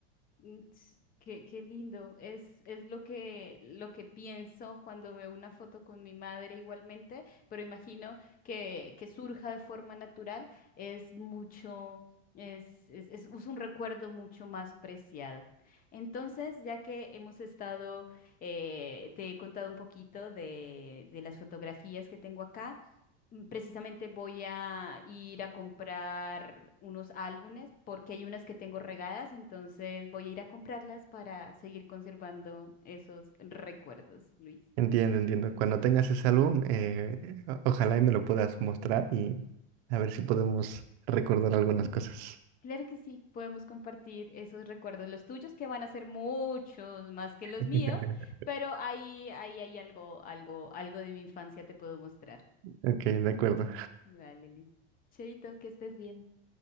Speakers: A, on the left (about 25°); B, on the right (about 65°).
A: Mm, ts- Qué, qué lindo. Es, es lo que, lo que pienso cuando veo una foto con mi madre igualmente, pero imagino que, que surja de forma natural. Es mucho, es, es, es es un recuerdo mucho más preciado. Entonces, ya que hemos estado, eh, te he contado un poquito de, de las fotografías que tengo acá. Mm, Precisamente voy a ir a comprar unos álbumes porque hay unas que tengo regadas, entonces voy a ir a comprarlas para seguir conservando esos recuerdos, Luis.
B: Entiendo, entiendo. Cuando tengas ese álbum, eh, o- ojalá y me lo puedas mostrar y a ver si podemos recordar algunas cosas.
A: Claro que sí, podemos compartir esos recuerdos, los tuyos que van a ser muchos más que los
B: <laughs>
A: míos, pero ahí, ahí hay algo, algo, algo de mi infancia te puedo mostrar.
B: Ok, de acuerdo.
A: Vale, Luis. Cheito, que estés bien.